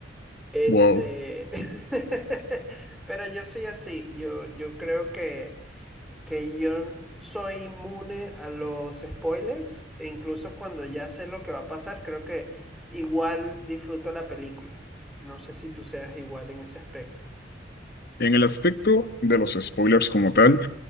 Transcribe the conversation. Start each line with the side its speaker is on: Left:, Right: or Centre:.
Centre: Este,
Left: Wow.
Centre: <laughs> pero yo soy así, yo, yo creo que, que yo soy inmune a los spoilers e incluso cuando ya sé lo que va a pasar, creo que igual disfruto la película. No sé si tú seas igual en ese aspecto.
Left: En el aspecto de los spoilers como tal.